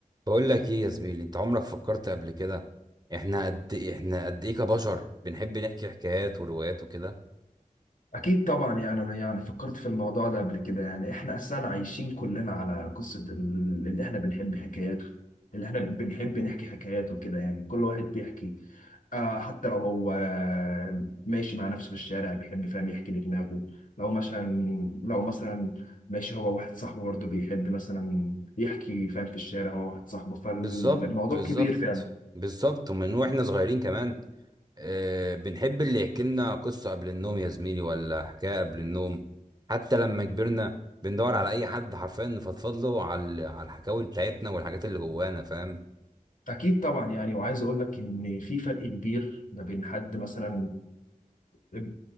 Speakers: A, on the right; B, on the left.
A: بقول لك ايه يا زميلي انت عمرك فكرت قبل كده احنا قد احنا قد ايه كبشر بنحب نحكي حكايات وروايات وكده
B: أكيد طبعا يعني أنا يعني فكرت في الموضوع ده قبل كده يعني إحنا أساسا عايشين كلنا على قصة ال- اللي إحنا بنحب حكاياته اللي إحنا بنحب نحكي حكاياته كده يعني كل واحد بيحكي آه حتى لو هو آه، ماشي مع نفسه في الشارع بيحب فاهم يحكي لدماغه لو مثلا لو مثلا ماشي هو واحد صاحبه برضه بيحب مثلا يحكي فاهم في الشارع هو واحد صاحبه فالموضوع
A: بالظبط بالظبط
B: كبير فعلا
A: بالظبط ومن واحنا صغيرين كمان آه بنحب اللي يحكي لنا قصة قبل النوم يا زميلي ولا حكاية قبل النوم حتى لما كبرنا بندور على اي حد حرفيا نفضفض له على على الحكاوي بتاعتنا والحاجات اللي جوانا فاهم
B: أكيد طبعا يعني وعايز أقول لك إن في فرق كبير ما بين حد مثلا آه،